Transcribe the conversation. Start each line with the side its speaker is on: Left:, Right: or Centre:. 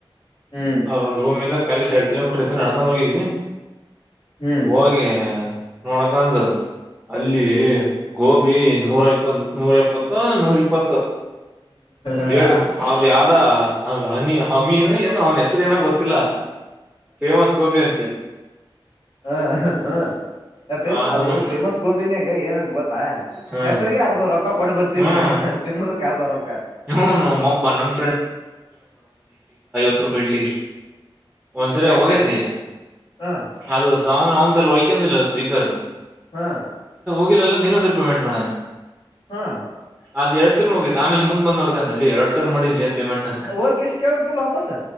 Left: ಹ್ಮ್
Centre: ಅವ ರೂಮಿಂದ. ಪಲ್ಲ ಸ ಕಿಲೋಮೀಟರ್ ಐತೆ ನಡ್ಕೊಂಡ ಹೋಗಿದ್ವಿ
Left: ಹ್ಮ್
Centre: ಹೋಗೆ ನೋಡಕಂದ ಅಲ್ಲಿ ಗೋಬಿ ನೂರ ಇಪ್ಪತ್ ನೂರ ಎಪ್ಪತ್ತ ನೂರ ಇಪ್ಪ ಇಪ್ಪತ್ತು
Left: ಹ
Centre: ಲೇಟು ಅದು ಯಾವ್ದ ಹನಿ ಹಮಿ ಅವ್ನ್ ಹೆಸರು ಏನಾಗ ಗೊತ್ತಿಲ್ಲ ಫೇಮಸ್ ಗೋಬಿ ಅಂತೆ
Left: ಹಾ ಹ್ಮ ಫ
Centre: ಅದನ್ನ
Left: ಅವು ಫೇಮಸ್ ಗೋಬಿನಾಗ ಏನ ಗೊತ್ತಾ
Centre: ಹ್ಮ್
Left: ಹೆಸ್ರಿಗೆ ಅರ್ಧ ರೊಕ್ಕ ಕೊಟ್ಟ ಬರ್ತೀನಿ
Centre: ಹ್ಮ್
Left: ಹ ತಿನ್ನೋದಕ್ಕೆ ಅರ್ಧ ರೊಕ್ಕ
Centre: ಇವನು ಮೊಬ್ಬ ನನ್ ಹತ್ರ ಪಡ್ಲಿಗೆ ಒಂದ್ಸರಿ
Left: ಯಾಕೆ
Centre: ಹೋಗೈತಿ
Left: ಹ
Centre: ಅದು ಅವ್ನು ಅವನು ಅ ವಹ್ಕಿಲ್ಲ ಸ್ವೀರ್
Left: ಹ್ಮ
Centre: ಲ್ಲ ನೀಿನೂ ಸರ್ ಪೇಮೆಟ್ ಮಾಡೋೆ
Left: ಹಾ
Centre: ಅದ ಎರಡ್ ಸರ್ ಹೋಗಿ ಆಮೇ ಮುಂದ ನುಡ್ಕಂತ ಅಲ್ಲಿ ಎರ ಸರ್ ಮಾಡಿೇ ಪೇಮೆಂಟ್ ಅಂತ
Left: ಹೋಗಿ ಎಷ್ಟ್ ಕೇಳ್ಬೇಕಿಲ್ ವಾಪಸ್